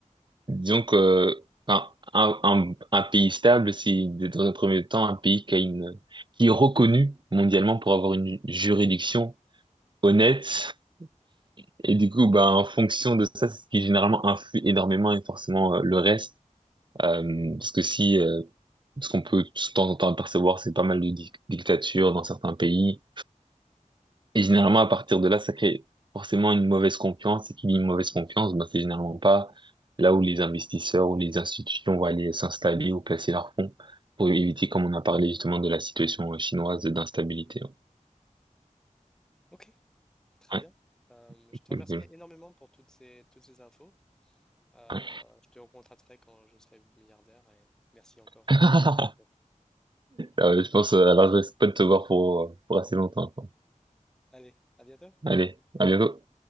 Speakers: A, on the right; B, in the centre.
A: Disons que un, un, un- un pays stable, c'est dans un premier temps un pays qui a une, qui est reconnu mondialement pour avoir une juridiction honnête. Et du coup, ben, en fonction de ça, c'est ce qui généralement influe énormément et forcément euh, le reste. Euh, parce que si, euh, ce qu'on peut de temps en temps apercevoir, c'est pas mal de dic- dictatures dans certains pays. Et généralement, à partir de là, ça crée forcément une mauvaise confiance. Et qui dit une mauvaise confiance, ben, c'est généralement pas là où les investisseurs ou les institutions vont aller s'installer ou placer leurs fonds pour éviter, comme on a parlé justement de la situation chinoise d'instabilité.
B: Ok, très
A: Ouais,
B: bien. Euh, je te
A: cool,
B: remercie
A: cool.
B: énormément pour toutes ces, toutes ces infos. Euh,
A: Ouais.
B: je te recontacterai quand je serai milliardaire et merci encore
A: <laughs>
B: euh, pour toutes ces infos.
A: Euh, je pense, euh, alors je reste pas de te voir pour, euh, pour assez longtemps, quoi.
B: Allez, à bientôt.
A: Allez, à bientôt.